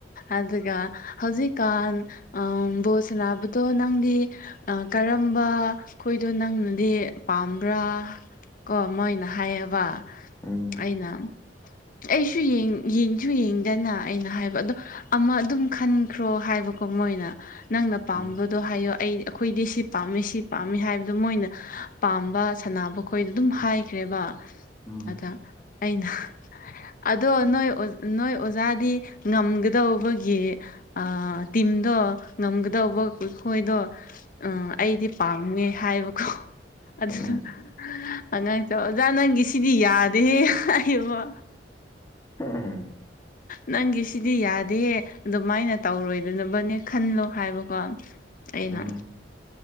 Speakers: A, on the left (about 50°); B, on the left (about 15°).
A: ꯑꯗꯨꯒ ꯍꯧꯖꯤꯛꯀꯥꯟ ꯑꯥ ꯕꯣꯜ ꯁꯟꯅꯕꯗꯣ ꯅꯪꯗꯤ ꯀꯔꯝꯕ ꯈꯣꯏꯗꯣ ꯅꯪꯅꯗꯤ ꯄꯥꯝꯕ꯭ꯔꯥ ꯀꯣ ꯃꯣꯏꯅ ꯍꯥꯏꯌꯦꯕ
B: ꯎꯝ
A: ꯑꯩꯅ ꯑꯩꯁꯨ ꯌꯦꯡ ꯌꯦꯡꯁꯨ ꯌꯦꯡꯗꯅ ꯑꯩꯅ ꯍꯥꯏꯕ ꯑꯗꯣ ꯑꯃ ꯑꯗꯨꯝ ꯈꯟ ꯈ꯭ꯔꯣ ꯍꯥꯏꯕꯀꯣ ꯃꯣꯏꯅ ꯅꯪꯅ ꯄꯥꯝꯕꯗꯣ
B: ꯎꯝ
A: ꯍꯥꯏꯌꯣ ꯑꯩ ꯑꯩꯈꯣꯏꯗꯤ ꯁꯤ ꯄꯥꯝꯃꯦ ꯁꯤ ꯄꯥꯝꯃꯤ ꯍꯥꯏꯕꯗꯣ ꯃꯣꯏꯅ ꯄꯥꯝꯕ ꯁꯥꯟꯅꯕ ꯑꯩꯈꯣꯏꯗ ꯑꯗꯨꯝ ꯍꯥꯏꯈ꯭ꯔꯦꯕ
B: ꯎꯝ
A: ꯑꯗ ꯑꯩꯅ ꯑꯗꯣ ꯅꯣꯏ ꯑꯣ ꯅꯣꯏ ꯑꯣꯖꯥꯗꯤ ꯉꯝꯒꯗꯧꯕꯒꯤ ꯑ ꯇꯤꯝꯗꯣ ꯉꯝꯒꯗꯧꯕ ꯃꯈꯣꯏꯗꯣ ꯎꯝ ꯑꯩꯗꯤ ꯄꯥꯝꯉꯦ ꯍꯥꯏꯕꯀꯣ ꯑꯗꯨꯗꯣ
B: ꯎꯝ
A: ꯑꯉꯥꯡꯇꯣ ꯑꯣꯖꯥ ꯅꯪꯒꯤ ꯁꯤꯗꯤ ꯌꯥꯗꯦꯍꯦ ꯍꯥꯏꯕ
B: <unintelligible>
A: ꯅꯪꯒꯤ ꯁꯤꯗꯤ ꯌꯥꯗꯤꯌꯦ ꯑꯗꯨꯃꯥꯏꯅ ꯇꯧꯔꯣꯏꯗꯅꯕꯅꯦ ꯈꯟꯂꯣ ꯍꯥꯏꯕꯀꯣ ꯑꯩꯅ
B: ꯎꯝ